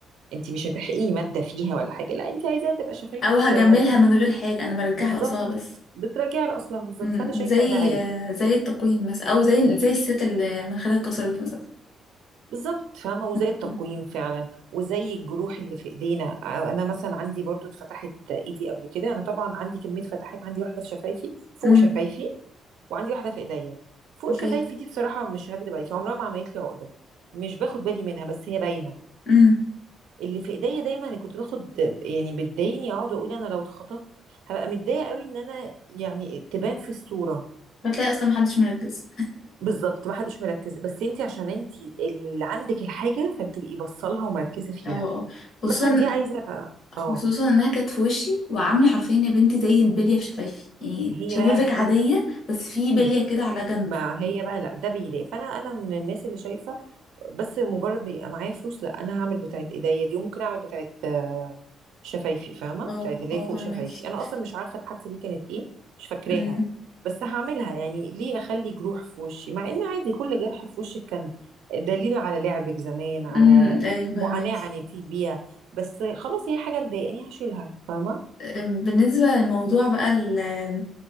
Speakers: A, on the right (about 75°); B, on the left (about 50°).
A: انت مش هتحرقي مادة فيها ولا حاجة لا انت عايزاها تبقى شفايفك
B: او هجملها
A: الطبيعية
B: من غير حاجة انا برجعها
A: بالظبط
B: لاصلها بس
A: بتراجعي لأصلها بالظبط
B: م-
A: فأنا شايفة
B: م. زي
A: ان ده عادي
B: آه، زي التقويم مثلا او زي زي الست اللي مناخيرها اتكسرت مثلا
A: بالظبط فاهمة وزي
B: م-
A: التقويم فعلا وزي الجروح اللي في ايدينا انا مثلا عندي برضو اتفتحت ايدي قبل كده انا طبعا عندي كمية فتحات عندي واحدة في شفايفي فوق
B: م. م.
A: شفايفي وعندي واحدة في ايديا فوق
B: اوكي
A: شفايفي دي بصراحة مش هكدب عليكي عمرها ما عملت لي عقدة مش باخد بالي منها بس هي باينة
B: م.
A: اللي في ايديا دايما اللي كنت باخد يعني بتضايقني اقعد اقول انا لو اتخطبت هبقى متضايقه قوي ان انا يعني تبان في الصوره
B: بتلاقي اصلا محدش مركز
A: بالظبط ما حدش مركز بس انت عشان انت اللي عندك الحاجه فبتبقي بصلها ومركزه فيها
B: اه اه خصوصا
A: مثلا دي عايزه
B: خصوصا
A: اه
B: انها كانت في وشي وعامله حرفيا يا بنتي زي البليه في شفايفي يعني
A: هي
B: شفايفك
A: بقى
B: عاديه بس في بليه
A: مم.
B: كده على جنب
A: ما هي بقى لا ده بيضايق فانا انا من الناس اللي شايفه بس مجرد ما يبقى معايا فلوس لا انا هعمل بتاعت ايديا دي وممكن اعمل بتاعت آه، شفايفي فاهمه
B: اه
A: بتاعت اللي
B: اه
A: هي فوق
B: فهماكي
A: شفايفي انا اصلا مش عارفه الحادثه دي كانت ايه مش فاكراها
B: امم
A: بس هعملها يعني ليه اخلي جروح في وشي مع ان عادي كل جرح في وشك كان دليل على لعبك زمان على
B: امم ايوه
A: معاناه
B: فهماكي
A: عانيتي فيها بس خلاص هي حاجه مضايقاني هشيلها فاهمه
B: بالنسبة للموضوع بقى ال-